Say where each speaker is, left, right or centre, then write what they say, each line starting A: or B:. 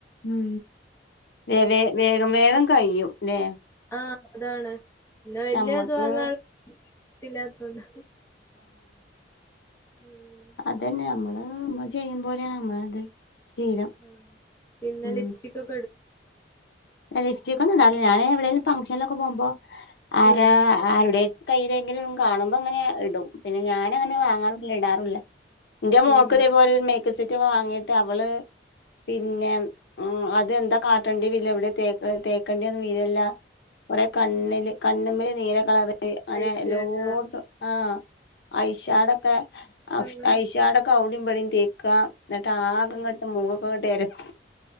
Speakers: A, on the left (about 65°); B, on the left (about 15°).
A: ഉം വേ വേ വേഗം വേഗം കയ്യും ല്ലെ
B: ആ അതാണ് പിന്നെ വെല്യ
A: നമ്മക്ക്
B: ത് വാങ്ങാള്ള ത്തില്ലാത്തോണ്ട ഉം
A: അതെന്നെ നമ്മള് നമ്മള് ചെയ്യും പോലെണ് നമ്മളത് ശീലം
B: ആഹ് പിന്നെ
A: ഉം
B: ലിപ്സ്റ്റിക് ഒക്കെ ഇടും
A: ലിഫ്റ്റൊക്കൊന്നും ടാറില്ല ഞാൻ എവിടെലും ഫംഗ്ഷനിലൊക്കെ പോകുമ്പോ ആരാ
B: ഉം
A: ആരുടെ കയ്യിലെങ്കിലും കാണുമ്പോ ങ്ങനെ ഇടും പിന്നെ ഞാനങ്ങനെ വാങ്ങാറുല്ല ഇടാറുല്ല ന്റെ മോൾക്ക്
B: ഉം
A: ഇതേപോലെ മേക്കപ്പ് സെറ്റൊക്കെ വാങ്ങിട്ട് അവള് പിന്നെ ഉം അതെന്താ കാട്ടണ്ടി വില്ല ഇവടെ തേക്ക തേക്കണ്ടിയെ വീരല്ല കൊറെ കണ്ണില്
B: ഉം
A: കണ്ണ്മ്മല് നീല കളർ <unintelligible> അനെ
B: ഐഷേഡ്
A: എല്ലോട്ത്തും ആ ഐഷാടൊക്കെ <unintelligible>
B: ഉം
A: ഐഷാടൊ ക്കെ ഔടിംഇപടിം തേക്ക ന്ന്ട്ടാകെ ഇങ്ങട്ട് മൊഖൊക്കെ ങ്ങട്ട് എരപ്പ